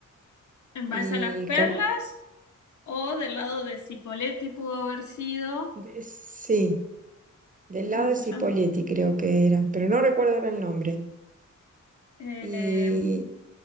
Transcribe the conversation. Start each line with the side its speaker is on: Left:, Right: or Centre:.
Left: en
Right: y
Left: Balsa Las Perlas,
Right: co-
Left: o del lado de Cipolletti pudo haber sido,
Right: De- sí, del
Left: ¿cómo
Right: lado de
Left: se
Right: Cipolletti
Left: llama?
Right: creo que era, pero no recuerdo ahora el nombre.
Left: Eh,
Right: Y